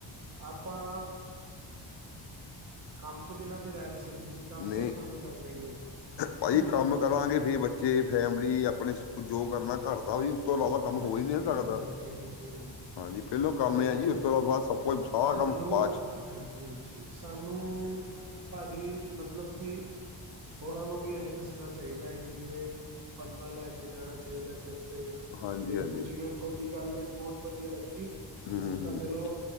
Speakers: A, on the right; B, on the left.
A: ਆਪਾਂ ਕੰਮ ਤੋਂ ਬਿਨਾਂ ਤੇ ਰਹਿ ਨਹੀਂ ਸਕਦੀ ਜੀ ਕੰਮ
B: ਨਹੀਂ
A: ਤੇ ਸਾਨੂੰ ਕਰਨਾ ਹੀ ਹੈ ਜੀ।
B: ਭਾਜੀ
A: ਹਨਾ ਜੀ
B: ਕੰਮ ਕਰਾਂਗੇ ਫੇਰ ਬੱਚੇ ਫੈਮਿਲੀ ਆਪਣੇ ਜੋ ਕਰਨਾ ਘਰ ਦਾ ਵੀ ਉਸਤ ਤੋਂ ਇਲਾਵਾ ਕੰਮ
A: ਹਾਂਜੀ
B: ਹੋ ਹੀ ਨ ਸਕਦਾ
A: ਹਾਂਜੀ ਹਾਂਜੀ
B: ਹਾਂਜੀ ਪਹਿਲੋ ਕੰਮ
A: ਤੇ
B: ਆ ਜੀ ਉਤੋਂ ਇਲਾਵਾ ਬਾਦ ਸਭ ਕੁਛ ਹੋਰ
A: ਸਾਨੂੰ
B: ਕੰਮ ਬਾਅਦ 'ਚ
A: ਹਾਂਜੀ -ਹਾਂਜੀ ਸਾਨੂੰ ਭਾਜੀ ਮਤਲਬ ਕਿ ਹੋਰਾਂ ਨੂੰ ਵੀ ਇਹ ਦੱਸਣਾ ਚਾਹੀਦਾ ਹੈ ਕਿ ਜਿਵੇਂ ਪਰਨਾ ਲੈ ਕੇ ਜਾਣਾ ਚਾਹੀਦਾ ਸਿਰ ਤੇ
B: ਹਾਂਜੀ
A: ਨਿੰਬੂ
B: ਹਾਂਜੀ
A: ਜਿਵੇਂ ਤੁਹਾਡੀ ਗੱਲ ਮੈਨੂੰ ਬਹੁਤ ਵਧੀਆ ਲੱਗੀ।
B: ਹੂੰ
A: ਹੁਣ
B: ਹੂੰ, ਹੂੰ।
A: ਤਾਂ ਚਲੋ